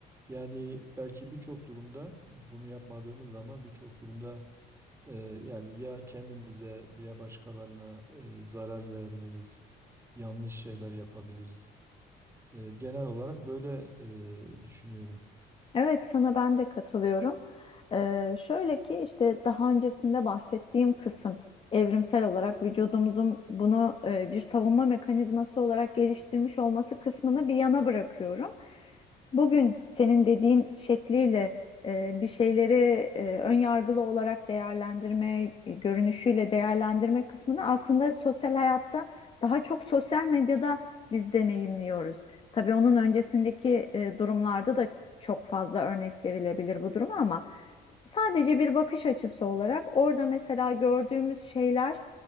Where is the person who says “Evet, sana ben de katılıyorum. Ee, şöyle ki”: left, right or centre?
Left